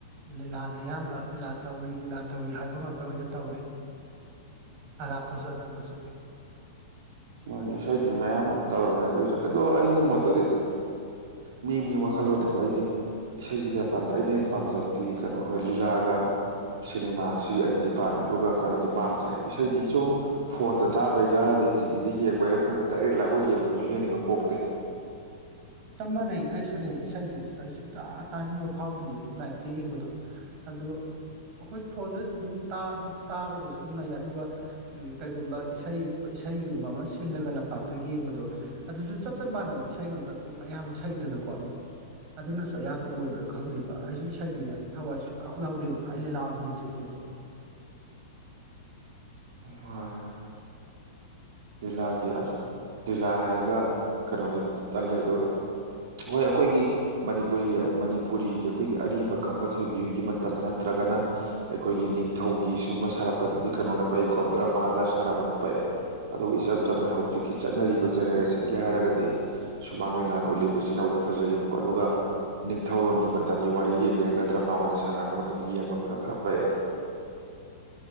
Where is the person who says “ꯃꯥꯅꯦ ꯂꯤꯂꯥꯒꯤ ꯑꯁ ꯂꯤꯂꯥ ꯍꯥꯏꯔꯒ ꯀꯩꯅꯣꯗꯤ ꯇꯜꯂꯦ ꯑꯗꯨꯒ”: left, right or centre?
Right